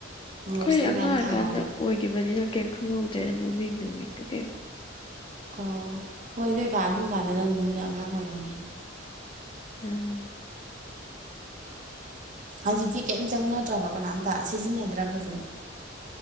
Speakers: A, on the right; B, on the left.
A: ꯔꯣꯁꯀ
B: ꯑꯩꯈꯣꯏ ꯑꯉꯥꯡ
A: ꯃꯌꯥꯝ
B: ꯑꯣꯏꯀꯥꯟꯗ
A: ꯊꯥꯔꯒ
B: ꯑꯣꯏꯒꯤꯕꯅꯤꯅ ꯀꯩꯝ ꯈꯪꯍꯧꯗ꯭ꯔꯦꯅ ꯃꯃꯤꯡ ꯅꯨꯃꯤꯡꯒ ꯀꯩꯝꯇ
A: ꯑꯣ ꯍꯣꯏ ꯅꯣꯏ ꯀꯥꯟ ꯑꯗꯨꯝ ꯀꯥꯟꯗꯅ ꯑꯃꯨꯛ ꯅꯣꯏ ꯑꯉꯥꯡ ꯑꯣꯏꯔꯝꯒꯤꯅꯤ
B: ꯎꯝ
A: ꯍꯧꯖꯤꯛꯇꯤ ꯀꯩꯝ ꯆꯪꯅꯗ꯭ꯔꯕ ꯀꯅꯥꯝꯇ ꯁꯤꯖꯤꯟꯅꯗ꯭ꯔꯕꯗꯣ